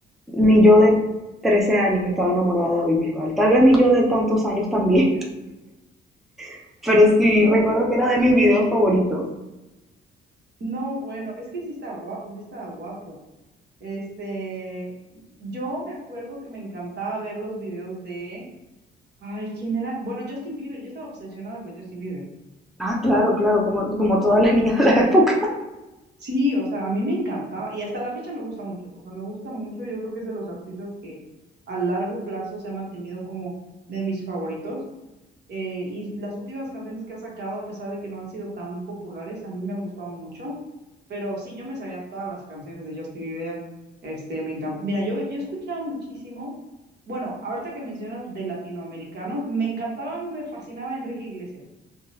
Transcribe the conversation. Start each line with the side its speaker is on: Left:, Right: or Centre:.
Centre: ni yo de 13 años estaba enamorada de David Bisbal. Tal vez ni yo de tantos años también, <laughs> pero sí,
Right: no,
Centre: recuerdo
Right: hombre.
Centre: que era de mis videos favoritos.
Right: No, bueno, es que sí está guapo, sí está guapo. Este, yo me acuerdo que me encantaba ver los videos de, ay, ¿quién era? Bueno, Justin Bieber, yo estaba obsesionada con Justin Bieber.
Centre: Ah, claro, claro, como, como todas las niñas de la época. <laughs>
Right: Sí, o sea, a mí me encantaba y hasta la fecha me gusta mucho, o sea, me gusta mucho, yo creo que es de los artistas que a largo plazo se ha mantenido como de mis favoritos. Eh, y las últimas canciones que ha sacado, a pesar de que no han sido tan populares, a mí me han gustado mucho. Pero sí, yo me sabía todas las canciones de Justin Bieber. Este, me encanta. Mira, yo, yo escuchaba muchísimo. Bueno, ahorita que mencionas de latinoamericanos, me encantaba, me fascinaba Enrique Iglesias.